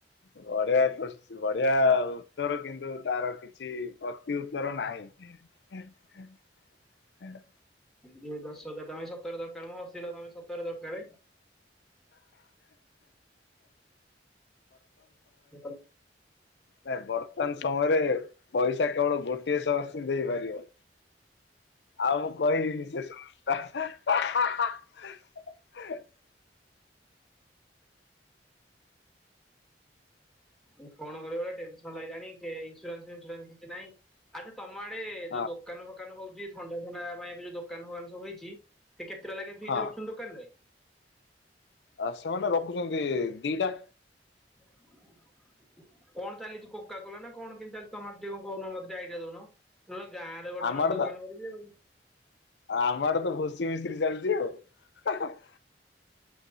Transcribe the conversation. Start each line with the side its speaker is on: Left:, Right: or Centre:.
Left: ବଢିଆ କୋଶଚି ବଢିଆ ଉତ୍ତର କିନ୍ତୁ ତାର କିଛି ପ୍ରତି ଉତ୍ତର ନାହିଁ। <unintelligible>
Centre: ଦିଅ ଦଶ ହଜାର ଟଙ୍କା ଭାଇ ସତରେ ଦରକାର ମ ହସିଲ ତମେ ସତରେ ଦରକାରେ। <unintelligible> ହ
Left: ନାଇ ବର୍ତ୍ତମାନ ସମୟରେ ପଇସା କେବଳ ଗୋଟିଏ ଶୋର୍ସ ହିଁ ଦେଇପାରିବ। ଆଉ ମୁଁ କହିବିନି ସେ ସୋର୍ସ ଟା। <unintelligible>
Centre: ମୁଁ ଫୋନ କରିବା ବେଳେ ଟେନସନ ଲାଗିଲାଣି କେଇ ଇନ୍ସୁରାନ୍ସ ଫନନ୍ସୁରାନ୍ସ କିଛି ନାହିଁ। ଆଚ୍ଛା ତମ ଆଡେ
Left: ହଁ।
Centre: ଯୋଉ ଦୋକାନ ଫୋକାନ ହଉକି ଥଣ୍ଡା ଥଣ୍ଡା ପାଇଁ ଏ ଯୋଉ ଦୋକାନ ଫୋକାନ ସବୁ ହେଇଛି। ସେ କେତେଟା ଲାଗେ ଫ୍ରିଜ
Left: ହଁ
Centre: ରଖୁଛନ୍ତି ଦୋକାନରେ।
Left: ଆ ସେମାନେ ରଖୁଛନ୍ତି ଦିଟା।
Centre: । କଣ ଚାଲିଛି କୋକ କଲା ନା କଣ କେତି ଚାଲିଛି ତମର ଟିକେ କହୁନ ମତେ ଟିକେ ଆଇଡିଆ ଦଉନ। ନହେଲେ ଗାଁରେ ଗୋଟେ
Left: ଆମ
Centre: ନେଲେ
Left: ଆଡେ
Centre: ଦୋକାନ
Left: ତ
Centre: କରିବି ଆଉ।
Left: ଆମ ଆଡେ ତ ଭୋସି ମିସ୍ତ୍ରୀ ଚାଲିଛି ଆଉ।